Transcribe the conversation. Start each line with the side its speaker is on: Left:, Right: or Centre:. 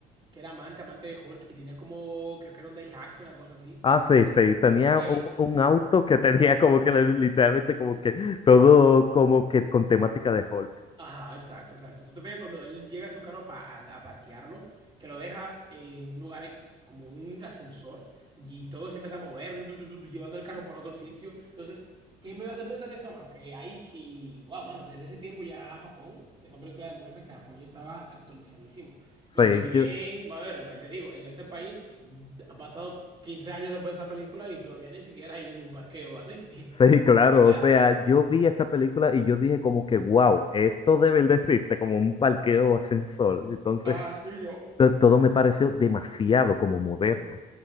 Right: que era amante, amante de Hulk, y tenía como, creo que era un Daihatsu, una cosa así.
Left: Ah, sí, sí, tenía
Right: Eh,
Left: un un, auto que tenía como que le- literalmente como que todo como que con temática de Hulk.
Right: Ajá, exacto, exacto. Tú te fijas cuando él llega a su carro pa- al- a, parquearlo, que lo deja en un lugar ahí como un ascensor y todo se empieza a mover, tu, tu, tu, tu, tu, llevando el carro para otro sitio. Entonces, ¿qué me va a hacer pensar esto más? Que hay que, wow, mano, desde ese tiempo ya Japón, esa película demuestra que Japón ya estaba actualizadísimo.
Left: Sí,
Right: Y si bien,
Left: yo-
Right: bueno, ¿qué te digo? En este país mm, han pasado 15 años después de esa película y todavía ni siquiera hay un parqueo así. <laughs>
Left: sí, claro,
Right: O sea,
Left: o sea, yo vi esa película y yo dije como que, wow, esto debe de existe, como un parqueo sin sol. Entonces,
Right: ah, sí, yo.
Left: to- todo me pareció demasiado como moderno.